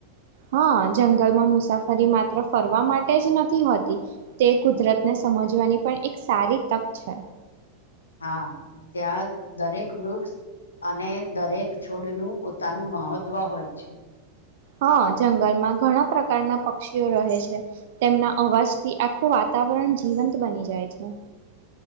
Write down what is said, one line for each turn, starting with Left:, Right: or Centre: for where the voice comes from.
Right: હા જંગલમાં મુસાફરી માત્ર ફરવા માટે જ નથી હોતી તે કુદરત ને સમજવાની પણ એક સારી તક છે.
Left: હા ત્યાં દરેક વૃક્ષ અને દરેક છોડનું પોતાનું મહત્વ હોય છે.
Right: હા જંગલમાં ઘણા પ્રકારના પક્ષીઓ રહે છે તેમના અવાજથી આખું વાત વાતાવરણ જીવંત બની જાય છે.